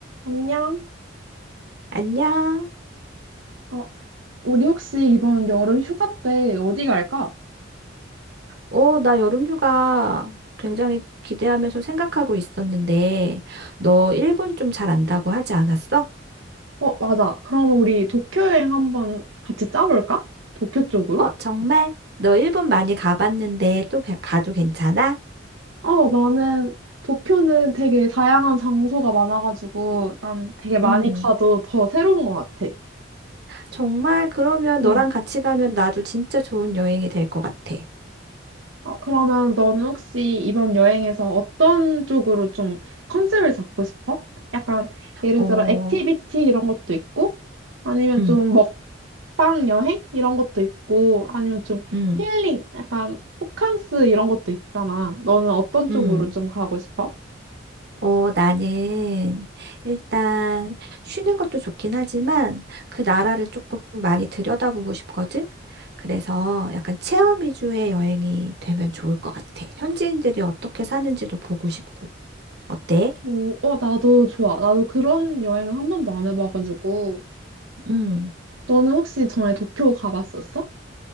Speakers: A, on the right (about 85°); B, on the right (about 55°).
A: 안녕?
B: 안녕.
A: 어, 우리 혹시 이번 여름 휴가 때 어디 갈까?
B: 어, 나 여름휴가 굉장히 기대하면서 생각하고 있었는데, 너 일본 좀 잘 안다고 하지 않았어?
A: 어, 맞아. 그럼 우리 도쿄 여행 한번 같이 짜볼까? 도쿄 쪽으로?
B: 어, 정말? 너 일본 많이 가봤는데 또 가- 가도 괜찮아?
A: 어, 나는 도쿄는 되게 다양한 장소가 많아가지고 난 되게 많이
B: 음,
A: 가도 더 새로운 것 같아.
B: 정말 그러면
A: 응.
B: 너랑 같이 가면 나도 진짜 좋은 여행이 될 것 같아.
A: 어, 그러면 너는 혹시 이번 여행에서 어떤 쪽으로 좀 컨셉을 잡고 싶어? 약간 예를
B: 어,
A: 들어 액티비티 이런 것도 있고 아니면
B: 음,
A: 좀 먹방 여행 이런 것도 있고 아니면 좀
B: 음,
A: 힐링 약간 호캉스 이런 것도 있잖아. 너는 어떤 쪽으로
B: 음.
A: 좀 가고 싶어?
B: 어, 나는 일단 쉬는 것도 좋긴 하지만 그 나라를 조금 많이 들여다보고 싶거든. 그래서 약간 체험 위주의 여행이 되면 좋을 것 같아. 현지인들이 어떻게 사는지도 보고 싶고. 어때?
A: 오, 어, 나도 좋아. 나도 그런 여행은 한 번도 안 해봐가지고.
B: 음.
A: 너는 혹시 전에 도쿄 가봤었어?